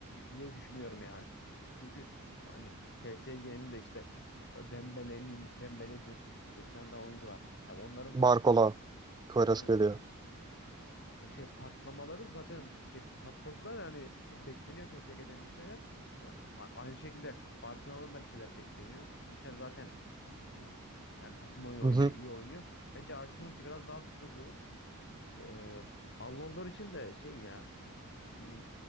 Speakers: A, on the left; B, on the right.
A: diye düşünüyorum yani. Çünkü hani PSG'nin de işte Dembele'nin Dembele'dir. İşte bir tane daha oyuncu var. Abi onların
B: Barcola, Kvaratskhelia
A: Aynen
B: geliyor.
A: e, şey patlamaları zaten şey patladılar yani bekleniyor PSG'den bir şeyler. E, a- aynı şekilde Barcelona'dan da bir şeyler bekleniyor. Inter zaten m, yani takım oyunu
B: Hı
A: oynuyor,
B: hı.
A: iyi oynuyor. Bence Arsenal'ınki biraz daha sürpriz olur. E, Ballon d'Or için de şey ya hmm,